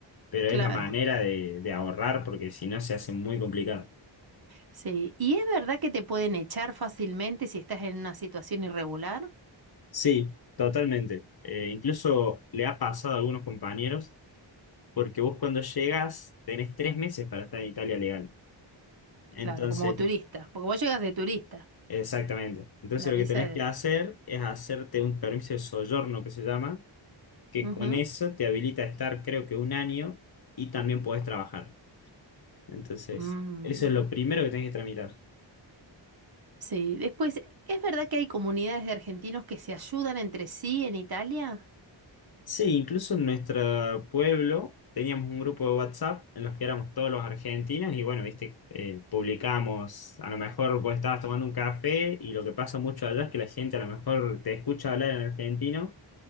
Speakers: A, on the left; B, on the right.
A: Pero
B: claro.
A: es la manera de, de ahorrar porque si no se hace muy complicado.
B: Sí. ¿Y es verdad que te pueden echar fácilmente si estás en una situación irregular?
A: Sí, totalmente. Eh, incluso le ha pasado a algunos compañeros, porque vos cuando llegas tenés tres meses para estar en Italia legal. Entonces,
B: Claro, como turista, porque vos llegas de turista.
A: exactamente. Entonces
B: La
A: lo
B: visa
A: que tenés
B: es.
A: que hacer es hacerte un permiso de soggiorno que se llama, que
B: Ujú.
A: con eso te habilita a estar creo que un año y también podés trabajar. Entonces,
B: Mm,
A: eso es lo primero que tenés que tramitar.
B: Sí, después, ¿es verdad que hay comunidades de argentinos que se ayudan entre sí en Italia?
A: Sí, incluso en nuestro pueblo teníamos un grupo de WhatsApp en los que éramos todos los argentinos y bueno, viste, eh, publicamos, a lo mejor vos estabas tomando un café y lo que pasa mucho allá es que la gente a lo mejor te escucha hablar en argentino